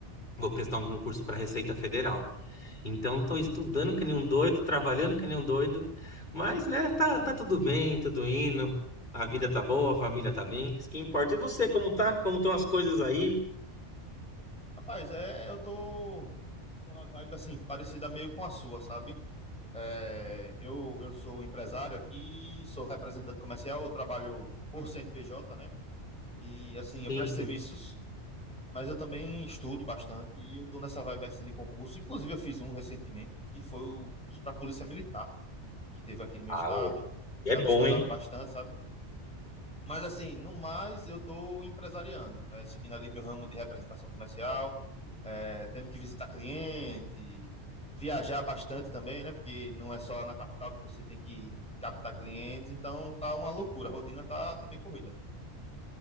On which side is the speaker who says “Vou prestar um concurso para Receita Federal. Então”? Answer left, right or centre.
Left